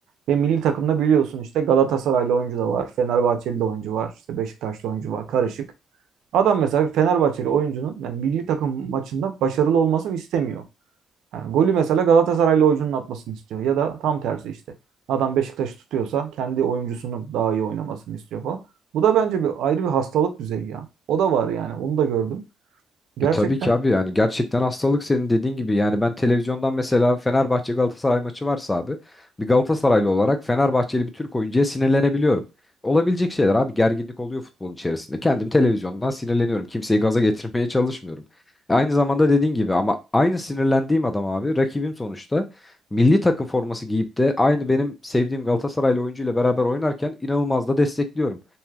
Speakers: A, on the right (about 80°); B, on the left (about 20°).
A: Ve milli takımda biliyorsun işte Galatasaraylı oyuncu da var. Fenerbahçeli de oyuncu var. işte Beşiktaşlı oyuncu var. Karışık. Adam mesela Fenerbahçeli oyuncunun yani milli takım maçında başarılı olmasını istemiyor. Yani golü mesela Galatasaraylı oyuncunun atmasını istiyor. Ya da tam tersi işte. Adam Beşiktaş'ı tutuyorsa kendi oyuncusunun daha iyi oynamasını istiyor falan. Bu da bence bir ayrı bir hastalık düzeyi ya. O da var yani. Onu da gördüm. Gerçekten
B: E tabii ki abi yani gerçekten hastalık senin dediğin gibi yani ben televizyondan mesela Fenerbahçe Galatasaray maçı varsa abi bir Galatasaraylı olarak Fenerbahçeli bir Türk oyuncuya sinirlenebiliyorum. Olabilecek şeyler abi gerginlik oluyor futbolun içerisinde. Kendim televizyondan sinirleniyorum. Kimseyi gaza <laughs> getirmeye çalışmıyorum. Aynı zamanda dediğin gibi ama aynı sinirlendiğim adam abi rakibim sonuçta milli takım forması giyip de aynı benim sevdiğim Galatasaraylı oyuncuyla beraber oynarken inanılmaz da destekliyorum.